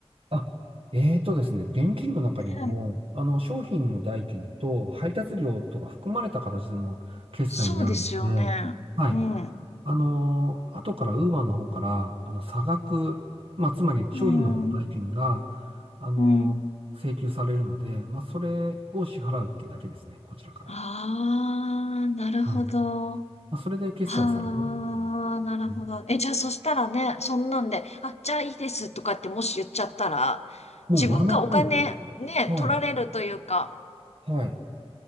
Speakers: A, on the right; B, on the left.
A: あ、えーとですね、現金の中にも、
B: うん
A: あの、商品の代金と配達料とか含まれた形での決済になるんで、
B: そうですよね。
A: はい。
B: うん。
A: あのー後から、ウーバーの方から、あの、差額、まあ、つまり商品の方の代金が、
B: うん。
A: あのー請求されるので、
B: うん。
A: まあ、それを支払うっていうだけですね、こちらから。
B: ああ、なるほど。
A: はい。ま
B: あ
A: あ、それで決済されるっていうことですね。
B: あ、なるほど。え、じゃあそしたらね、そんなんで、あ、じゃあいいですとかってもし言っちゃったら、
A: もう丸々そうですね。
B: 自分がお金ね、
A: はい、
B: 取られるというか、
A: はい。